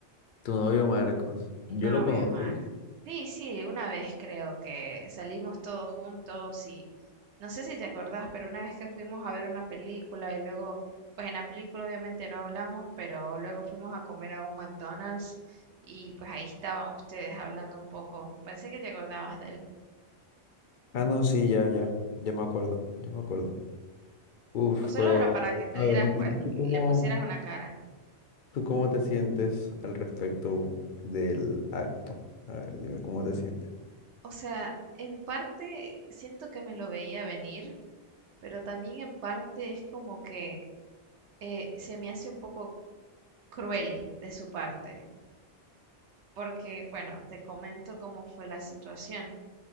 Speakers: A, on the left; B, on the right.
A: tu novio Marcos,
B: Mi
A: yo
B: novio,
A: lo conocí.
B: Mark. Sí, sí, una vez creo que salimos todos juntos y no sé si te acordás, pero una vez que fuimos a ver una película y luego, pues en la película obviamente no hablamos, pero luego fuimos a comer a un McDonald's y pues ahí estaban ustedes hablando un poco. Pensé que te acordabas de él.
A: Ah, no, sí, ya, ya, ya me acuerdo, ya me acuerdo. Uf,
B: O solo
A: pero...
B: era para que te
A: A
B: dieras,
A: ver, ¿y
B: pues
A: tú
B: le
A: cómo?
B: pusieras una cara.
A: ¿Tú cómo te sientes al respecto del acto? A ver, dime cómo te sientes.
B: O sea, en parte siento que me lo veía venir, pero también en parte es como que eh, se me hace un poco cruel de su parte, porque, bueno, te comento cómo fue la situación.